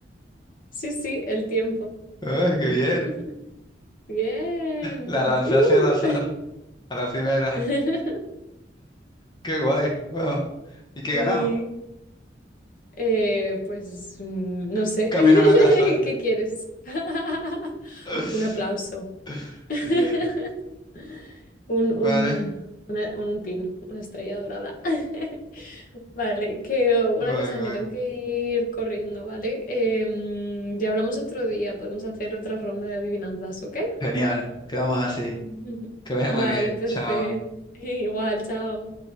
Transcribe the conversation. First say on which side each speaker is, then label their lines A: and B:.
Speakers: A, on the left (about 50°); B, on the left (about 25°).
A: sí, sí, el tiempo.
B: ¡Ay, qué
A: <laughs>
B: bien!
A: Bien.
B: La lancé
A: yujú.
B: hacia el azar, a la primera.
A: <laughs>
B: ¡Qué guay! ¡Wow! ¿Y qué
A: Sí,
B: ganamos?
A: eh, pues mm, no sé,
B: Un camino
A: <laughs>
B: a la casa.
A: ¿qué quieres? <laughs>
B: <laughs>
A: Un aplauso. <laughs>
B: Bien.
A: Un, un,
B: Vale.
A: una- un pin, una estrella dorada. <laughs> Vale, que oh, una
B: Guay,
A: cosa, me
B: guay.
A: tengo que ir corriendo, ¿vale? Em, ya hablamos otro día, podemos hacer otra ronda de adivinanzas, ¿ok?
B: Genial. Quedamos así.
A: <laughs>
B: Que vaya
A: Vale,
B: muy bien.
A: perfecto.
B: Chao.
A: <laughs> Igual, chao.